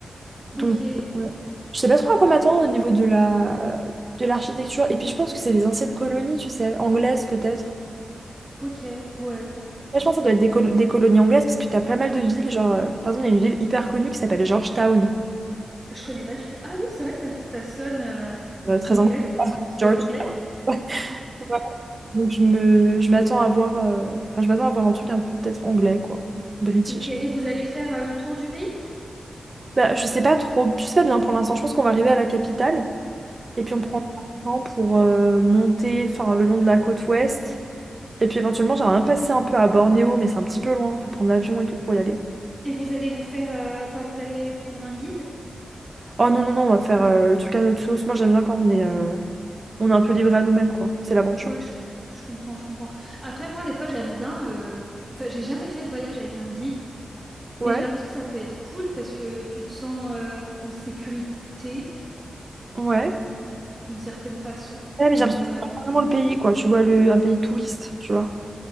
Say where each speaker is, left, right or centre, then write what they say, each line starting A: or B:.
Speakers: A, on the right; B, on the right.
A: Donc,
B: Ok.
A: euh, je sais pas trop à quoi m'attendre au niveau de la, de l'architecture. Et puis, je pense que c'est des anciennes colonies, tu sais, anglaises peut-être.
B: Ok. Ouais.
A: Ouais, je pense que ça doit être des, col- des colonies anglaises parce que t'as pas mal de villes. Genre, euh, par exemple, il y a une ville hyper connue qui s'appelle Georgetown,
B: Je connais pas du tout. Ah oui, c'est vrai que ça, ça sonne euh,
A: euh, très
B: anglais,
A: anglais,
B: quoi. C'est
A: George.
B: anglais.
A: <laughs> Donc je me, je m'attends à voir, euh, enfin je m'attends à voir un truc un peu peut-être anglais quoi, british.
B: Ok, et vous allez faire euh, le tour du pays?
A: Bah je sais pas trop, je sais pas bien pour l'instant. Je pense qu'on va arriver à la capitale et puis on
B: Ouais.
A: prend le temps pour euh, monter, enfin le long de la côte ouest. Et puis éventuellement j'aimerais bien passer un peu à Bornéo, mais c'est un petit peu loin, faut prendre l'avion et tout pour y aller.
B: Et vous allez vous faire, euh, enfin, vous allez prendre un guide?
A: Oh non non non, on va faire euh, le truc à notre sauce. Moi j'aime bien quand on est, euh, on est un peu livré à nous-mêmes quoi, c'est l'aventure.
B: Ouais, je, je comprends, je comprends. Après, moi, des fois, j'aime bien. euh, Enfin, j'ai jamais fait de voyage avec un guide,
A: Ouais,
B: mais j'ai l'impression que ça peut être cool parce que tu te sens euh, en sécurité
A: ouais.
B: d'une certaine façon.
A: Ouais, mais
B: Mais
A: j'ai l'impression que
B: euh,
A: c'est pas vraiment le pays quoi, tu vois le, un pays touriste, tu vois.